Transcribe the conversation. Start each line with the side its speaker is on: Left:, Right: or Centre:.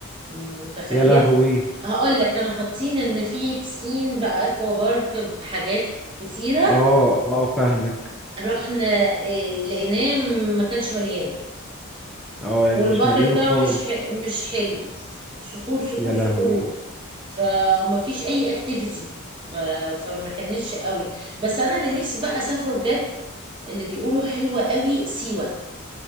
Right: متخيل
Centre: يا لهوي
Right: هقول لك كانوا حاطين ان في بسين باكوا بارك بحاجات كتيره
Centre: اه اه فاهمك
Right: رحنا إيه، لقيناه ما كانش مليان
Centre: اه يعني
Right: والبحر
Centre: مش مالينه
Right: بتاعه
Centre: خالص
Right: مش ح... مش حلو صخور صخور
Centre: يا لهوي
Right: صخور فما فيش اي اكتيفيتي ف... فما كانتش قوي بس انا اللي نفسي بقى اسافره بجد اللي بيقولوا حلوة قوي سيوة